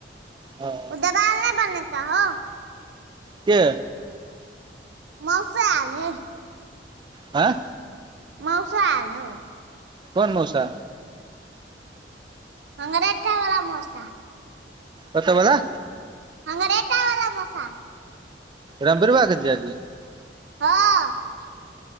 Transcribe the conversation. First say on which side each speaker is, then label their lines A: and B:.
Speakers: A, on the right; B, on the right.
A: हँ
B: देवाल नहि बनेता हो
A: के
B: मौसा ऐल है
A: आँ
B: मौसा एल हौ
A: कोन मौसा
B: खंगरेठा वला मौसा
A: कतअ बला
B: खंगरेठा वला मौसा
A: रमबिरहवा के जीजाजी
B: हँ